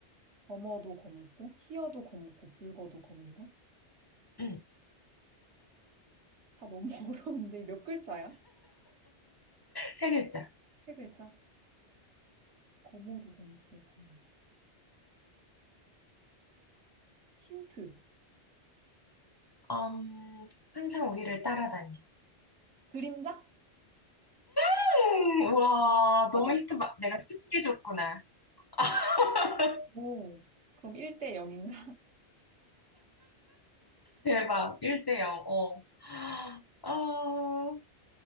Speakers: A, on the right; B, on the left.
A: 검어도 검고, 희어도 검고, 붉어도 검은 것?
B: 음,
A: 다 너무 <laughs> 어려운데 몇 글자야?
B: 세 글자.
A: 세 글자? 검어도 검고, 검은 것. 힌트.
B: 음, 항상 우리를 따라다녀.
A: 그림자?
B: 음, 우와,
A: 맞았어?
B: 너무 힌트 마- 내가 쉽게 줬구나. <laughs>
A: 오. 그럼 1대 0인가?
B: 대박. 1대 0. 어. 아,